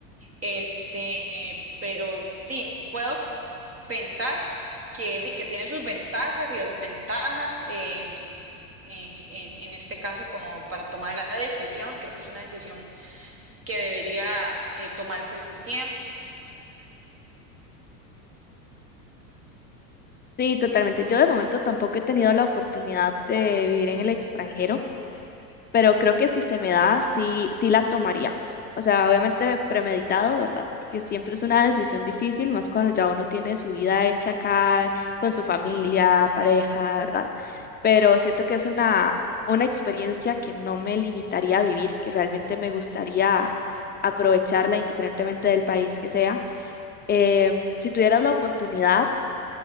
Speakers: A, on the right; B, on the left.
A: Este, eh, pero sí, puedo pensar que, di- que tiene sus ventajas y desventajas. em, eh, en, en este caso como para tomar la decisión y creo que es una decisión que debería eh, tomarse el tiempo.
B: Sí, totalmente. Yo de momento tampoco he tenido la oportunidad de vivir en el extranjero. pero creo que si se me da, sí, sí la tomaría. O sea, obviamente premeditado, ¿verdad? Porque siempre es una decisión difícil, más cuando ya uno tiene su vida hecha acá, con su familia, pareja, ¿verdad? Pero siento que es una, una experiencia que no me limitaría a vivir, que realmente me gustaría aprovecharla indiferentemente del país que sea. Eh, si tuvieras la oportunidad,